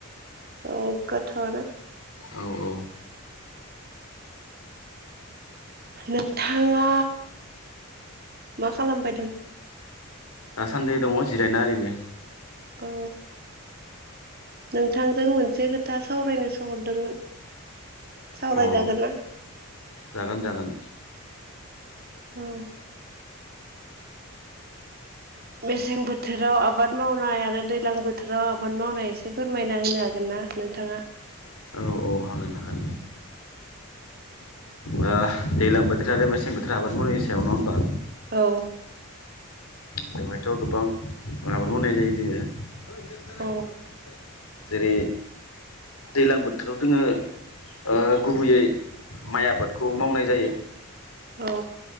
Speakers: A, on the right; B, on the left.
A: औ गोथावानो।
B: औ औ।
A: नोंथाङा मा खालामबाय दों?
B: दासान्दै दङ जिरायना ओरैनो।
A: औ नोंथांजों मोनसे खोथा सावरायनो सोहरदोंमोन। सावरायजागोन
B: अ
A: ना?
B: जागोन जागोन।
A: औ। मेसें बोथोराव आबाद मावनाय आरो दैज्लां बोथोराव आबाद मावनाय एसे फोरमायना होनो हागोन ना नोंथाङा?
B: औ औ हागोन हागोन ओ दैज्लां बोथोर आरो मेसें बोथोर आबाद मावनायनि सायाव नङा होमबा?
A: औ।
B: बेवहायथ' गोबां आबाद मावनाय जायो जोङो। <unintelligible>
A: औ
B: जेरै दैज्लां बोथोराव जोङो ओ गुबैयै माइ आबाद खौ मावनाय जायो।
A: औ औ